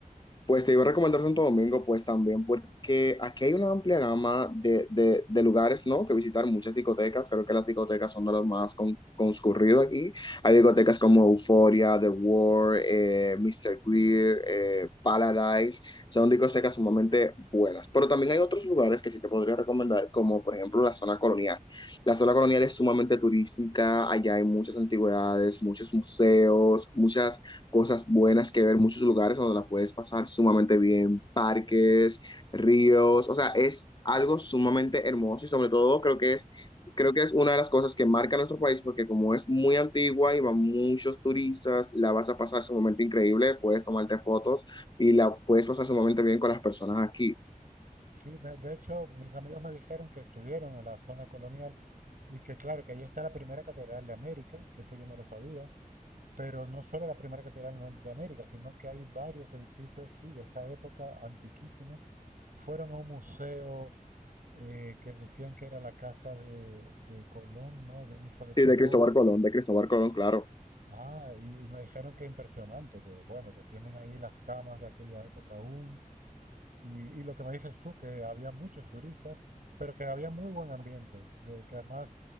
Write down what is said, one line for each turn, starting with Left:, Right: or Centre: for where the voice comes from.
Left: pues te iba a recomendar Santo Domingo, pues también, porque aquí hay una amplia gama de, de, de lugares, ¿no? Que visitar, muchas discotecas, creo que las discotecas son de los más con, concurridos aquí. Hay discotecas como Euphoria, The War, eh, Mr. Greer, eh, Paradise, son discotecas sumamente buenas. Pero también hay otros lugares que sí te podría recomendar, como por ejemplo la zona colonial. La zona colonial es sumamente turística, allá hay muchas antigüedades, muchos museos, muchas cosas buenas que ver, muchos lugares donde la puedes pasar sumamente bien, parques, ríos, o sea, es algo sumamente hermoso y sobre todo creo que es, creo que es una de las cosas que marca nuestro país porque como es muy antigua y van muchos turistas, la vas a pasar sumamente increíble, puedes tomarte fotos y la puedes pasar sumamente bien con las personas aquí.
Right: Sí, me- de hecho, mis amigos me dijeron que estuvieron en la zona colonial y que claro, que allí está la primera catedral de América, que eso yo no lo sabía, Pero no solo la primera catedral no- de América, sino que hay varios edificios, sí, de esa época, antiquísimos. Fueron a un museo eh, que decían que era la casa de, de Colón, ¿no? De un hijo de Colón.
Left: Sí, de Cristóbal Colón, de Cristóbal Colón, claro.
Right: Ah, y, y me dijeron que impresionante, que bueno, que tienen ahí las camas de aquella época aún. Y, y lo que me dices tú, que había muchos turistas, pero que había muy buen ambiente, eh, que además